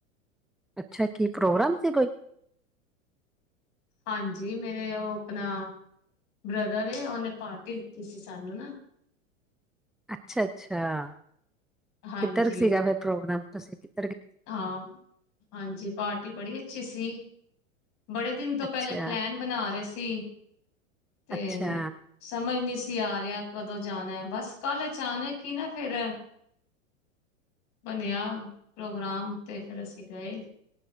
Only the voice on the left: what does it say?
ਹਾਂਜੀ ਮੇਰੇ ਓ ਆਪਣਾ ਬ੍ਰਦਰ ਏ ਓਨੇ ਪਾਰਟੀ ਦਿੱਤੀ ਸੀ ਸਾਨੂੰ ਨਾ
ਹਾਂਜੀ
ਹਾਂ ਹਾਂਜੀ ਪਾਰਟੀ ਬੜੀ ਅੱਛੀ ਸੀ। ਬੜੇ ਦਿਨ ਤੋਂ
ਪਹਿਲੇ ਪਲੈਨ ਬਣਾ ਰੇ ਸੀ ਤੇ
ਸਮਝ ਨੀ <unintelligible> ਰਿਆ ਕਦੋਂ ਜਾਣਾ ਬਸ ਕੱਲ ਅਚਾਨਕ ਈ ਨਾ ਫੇਰ ਬਣਿਆ ਪ੍ਰੋਗਰਾਮ ਤੇ ਫਿਰ ਅਸੀਂ ਗਏ